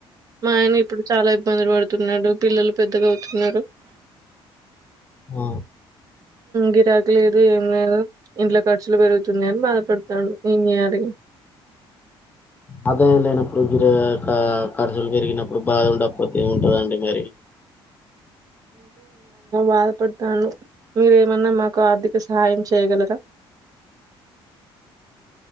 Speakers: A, on the right; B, on the left.
A: మా ఆయన ఇప్పుడు చాలా ఇబ్బందులు పడుతున్నాడు పిల్లలు పెద్దగా అవుతున్నారు
B: ఉ
A: గిరాకి లేదు ఏం లేదు ఇంట్లో ఖర్చులు పెరుగుతుంది అని బాధపడతాడు ఏం చేయాలి
B: అదే అండి ఇప్పుడు గిర క ఖర్చులు పెరిగినప్పుడు బాగా ఉండపోతే ఉంటదండి మరి
A: బాధపడతాను మీరేమన్నా మాకు ఆర్థిక సహాయం చేయగలరా